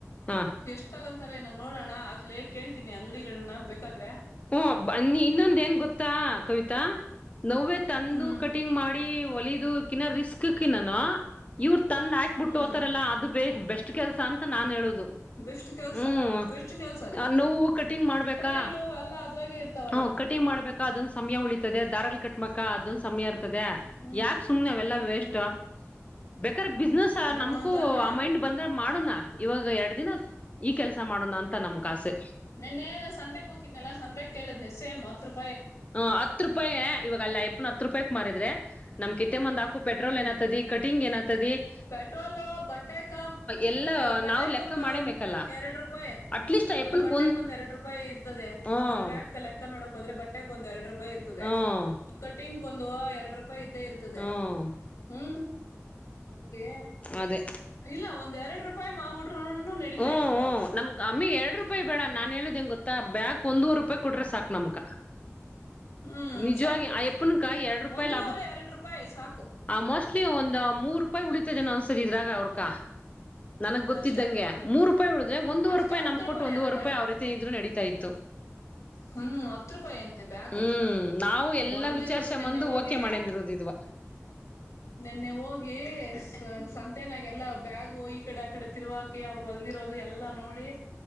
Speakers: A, on the left; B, on the left.
A: ಹ
B: ಎಷ್ಟ ತಗ ತಾರೇನೋ ನೋಡಣ ಆಗ್ಲೇ ಕೇಳ್ತೀನಿ ಅಂಗಡಿಗಳ್ನ ಬೆ ಕದ್ರೆ <unintelligible>
A: ಹೂ ಬಾ ಇನ್ನೊಂದ ಏನ್ ಗೊತ್ತಾ ಕವಿತಾ ನೋವೇ ತಂದು
B: ಹ್ಮ್
A: ಕಟಿಂಗ್ ಮಾಡ ಮಾಡಿ ಒಲಿದಕ ರಿಸ್ಕ್ ನಾನ ಇ್ರ ತಂದ್ ಹಾಕ್ಬಿಟ್ಟು
B: ಹ್ಮ್
A: ಹೋತಾರಲ್ಲ ಅದು ಬ ಬೆಸ್ಟ್ ಕೆಲಸ ಅಂತ ಅಂತ ನಾನ್ ಹೇಳುದು
B: ಬೆಷ್ಟಟ್ ಕೆಲ್ಸ
A: ಹ್ಮ್
B: ಬೆಸ್ ಕೆಲ್ಸನೇ
A: ನೋವು ಕಟಿಂಗ್ ಮಾಡ್ಬೇಕಾ
B: ಪಟ್ಟಿಗಳು ಎಲ್ಲ ಅದ್ರಾಗೆ ಇರ್ತಾವಲ್ಲ
A: ಹ ಕಟಿಂಗ್ ಮಾಡ್ಬೇಕಾ ಅದೊಂದು ಸಮಯ ಉಳೀಿತದೆ ದಾರಲ್ ಕಟ್್ಮಕ್ಕಾ ಅದ ಸ ಸಮಯರ್ <inaudible>
B: ಹ್ಮ್
A: ಯಾಕೆ ಸುಮ್ನೆ ಅವೆಲ್ಲ ವೇಸ್ಟ್
B: ಹ್ಮ್
A: ಬೇಕ್ರ ಬಿಸ್ನೆಸ್
B: ನಂಗಂತನ್ನ
A: ನಮಕು ಆ ಮೈಂಡ್ ಬಂದ್ರೆ ಮಾಡುಣ ಇವಾಗ ಎರಡ್ ದಿನ ಈ ಕೆಲ್ಸ ಮಾಡೋಣ ಅಂತ ನಮಕ್ ಆಸೆ
B: ನಿನ್ನೆ ಸಂತೆಕ್ ಹೋಗಿದ್ನಲ್ಲಾ ಸಂತೆಕ್ ಕೇಳದ್ನ ಸ ಅತೃಪ್ <unintelligible>
A: ಹ ಹತ್ತು ರೂಪಾಯಿ ಇವಾಗಲ್ಲಾಪ್ಪ ಹತ್ತು ರೂಪಾಯಿ ಮಾಡಾರಿದ್ರೆ ನಮ್ ಕ <inaudible> ಮಂದ್ ಹಾಕುೆ್ರೋ
B: ಹ್ಮ್
A: ಏನತ ಕಟಿಂಗ ನತದೆ <unintelligible>
B: ಪೆಟ್ರೋಲು ಬಟ್ಟೆಕ
A: ಎಲ್ಲ
B: ಇವಾಗ ಬಟ್ಟೆಕ್
A: ನಾವು ಲೆಕ್ಕ
B: ಒಂದು
A: ಮಾಡೇಬೇಕಲ್ಲ
B: ಎರಡು ರೂ <unintelligible>
A: ಅಟ್ಲೀಸ್ಟ್ ಅಯ್ಯಪ್ಪನ್ಕ್
B: ಅಲ್ಲ ಬಟ್ಟೆಕ್ ಒಂದ್ ಎರಡ್ ರೂಪಾಯಿ ಇರ್ತದೆ
A: ಹ್ಮ ಹ್ಮ್
B: ಒಂದ ಬ್ಯಾಗ್ ಕ ಲೆಕ್ಕ ನೋಡ ಹ್ರ ಬಟ್ಟೆ ಒಂದ ಎರಡು <inaudible> ರೂಪಾಯ್ ಇರ್ತದೆ
A: ಹ್ಮ್
B: ಕಟಿಂಗ್ <inaudible> ಒಂದು ಎರಡು <unintelligible> ಅಪ ಇದ್ದೇ ಇರ್ತದೆ
A: ಹ್ಮ್
B: ಹ್ಮ್ ನಮಗೆ
A: ಅದೇ
B: ಇಲ್ಲ ಒಂದ್ <unintelligible> ಎರಡು ರೂಪಾಯಿ ಮಾವುಡ್ <unintelligible> ನಡೀತಾ
A: ಹ್ಮ್
B: ಇತ್ತೆ
A: ಹ್ಮ್
B: ಅವ್ರಗ <unintelligible>
A: ನಮ್ ಅಮ್ಮಿ ಎರಡ್ ರೂಪಾಯಿ ಬೇಡ ನಾನ್ ಹೇಳೋದ್ ಹೆಂಗ್ ಗೊತ್ತಾ ಬ್ಯಾಗ್ ಒಂದೂವರ್ ರೂಪಾಯ್ ಕೊಟ್ರೆ ಸಾಕ್ ನಮ್ಕ
B: ಹ್ಮ್
A: ನಿಜ್ವಾಗಿ
B: ಸಾಕು
A: ಆ ಯಪ್ಪನ್ಕ ಎರ್ಡ್ ರೂಪಾಯಿ
B: ಒಂದೂವರೆ
A: ಲಾಭ,
B: ಎರಡು ರೂಪಾಯಿ ಸಾಕು
A: ಆ ಮೋಸ್ಟ್ಲಿ ಒಂದು ಮೂರ್ ರುಪಾಯ್ ಉಳಿತದೆನೋ ಅನ್ಸ್ತದ್ ಇದ್ರಾಗ ಅವ್ರ್ಕ ನನಗ್ ಗೊತ್ತಿದ್ದಂಗೆ
B: ಅಷ್ಟೆ
A: ಮೂರ್ ರೂಪಾಯಿ ಉಳ್ದ್ರೆ ಒಂದೂವರ್
B: ಅಷ್ಟೇ
A: ರೂಪಾಯಿ
B: ಹತ್ತು
A: ನಮ್ಕ್ ಕೊಟ್ಟು ಒಂದುವರ್
B: ಅಂತೇಳ
A: ರೂಪಾಯಿ ಅವ್ರೈತಿ ಇದ್ರುನು ನಡೀತಾ ಇತ್ತು,
B: ಹ್ಮ್ ಹತ್ತು ರೂಪಾಯಿ ಅಂತೆ ಬ್ಯಾಗು
A: ಹ್ಮ್ ನಾವು ಎಲ್ಲಾ
B: ಹೊಲ್ದಿರೋದು
A: ವಿಚಾರ್ಸ
B: ನಿನ್ನೆ
A: ಮಂದು
B: ಹೋಗಿ
A: ಓಕೆ ಮಾಡಂದಿರದ್ ಇದ್ವ
B: ನೆನ್ನೆ ಹೋಗ್ ಈ ಸಂತೆನಾಗೆಲ್ಲಾ ಬ್ಯಾಗು ಈ ಕಡೆ ಆ ಕಡೆ ತಿರ್ವಾಕಿ ಅವ್ರು ಹೊಲ್ದಿರೋದು ಎಲ್ಲಾ ನೋಡಿ